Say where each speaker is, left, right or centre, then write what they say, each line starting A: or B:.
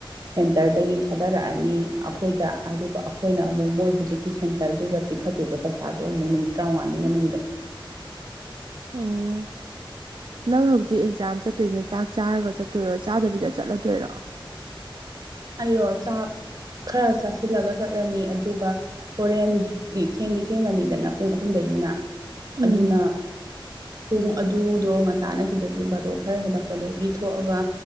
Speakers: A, on the right; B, on the right.
A: ꯁꯦꯟꯇꯔꯗꯒꯤ ꯊꯥꯗꯔꯛꯑꯅꯤ ꯑꯩꯈꯣꯏꯗ ꯑꯗꯨꯒ ꯑꯩꯈꯣꯏꯅ ꯑꯃꯨꯛ ꯃꯣꯏ ꯍꯧꯖꯤꯛꯀꯤ ꯁꯦꯟꯇꯔꯗꯨꯗ ꯄꯤꯈꯠꯇꯣꯏꯕ ꯄꯩꯁꯥꯗꯣ ꯑꯃꯨꯛ ꯅꯨꯃꯤꯠ ꯇꯔꯥꯃꯉꯥꯅꯤ ꯃꯅꯨꯡꯗ
B: ꯑꯣ ꯅꯪ ꯍꯧꯖꯤꯛ ꯁꯤ ꯑꯦꯛꯖꯥꯝ ꯆꯠꯇꯣꯏꯁꯦ ꯆꯥꯛ ꯆꯥꯔꯒ ꯆꯠꯇꯣꯏꯔꯣ ꯆꯥꯗꯕꯤꯗ ꯆꯠꯂꯗꯣꯏꯔꯣ
A: ꯑꯩꯔꯣ ꯆꯥꯛ ꯈꯔ ꯆꯥꯁꯤꯜꯂꯒ ꯆꯠꯂꯅꯤ ꯑꯗꯨꯒ ꯍꯣꯔꯦꯟꯗꯤ ꯊꯦꯡꯗꯤ ꯊꯦꯡꯉꯅꯤꯗꯅ ꯄꯨꯡ ꯑꯍꯨꯝꯗꯩꯅꯤꯅ
B: ꯎꯝ
A: ꯑꯗꯨꯅ ꯄꯨꯡ ꯑꯗꯨꯗꯣ ꯉꯇꯥꯅ ꯁꯤꯗꯒꯤ ꯕꯥꯔꯣꯛ ꯈꯔ ꯍꯦꯜꯂꯛꯄꯗꯒꯤ ꯊꯣꯛꯑꯒ